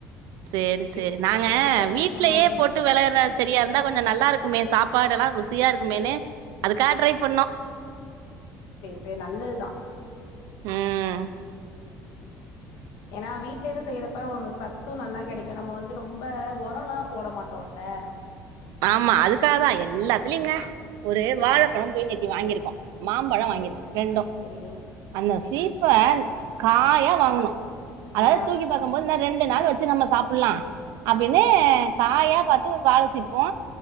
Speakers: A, on the right; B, on the left.
A: சேரி
B: இப்டி
A: சேரி நாங்க
B: இல்ல
A: வீட்லயே
B: ம்
A: போட் டு வெளைற செடியா இருந்தா கொஞ்சம் நல்லா இருக்குமே சாப்பாடெல்லா ருசியா இருக்குமேனு அதுக்காக ட்ரை பண்ணோ
B: இது நல்லதுதா
A: ம்
B: ஏன்னா வீட்ல இருந்து செய்யறப்ப சத்தூ நல்லா கெடைக்கூ நம்ம வந்து ரொம்ப ஒரொல்லா போட மாட் டோல்ல
A: ஆமா அதுக்காக தா எல்லாத்துலயுங்க ஒரு வாழப்பழம் போய் நேத்தி வாங்கிருக்கோ மாம்பழொ வாங்கிருக்கோ
B: சரி
A: ரெண்டூ
B: சரி
A: அந்த சீப்ப காயா வாங்குணோ அதாவ்து
B: ஆ
A: தூக்கி பாக்கம்போது இன்ன ரெண்டு நாள் வச்சு நம்ம சாப்புல்லா அப்டின்னு காயா பாத்து ஒரு வாழ சீப்போ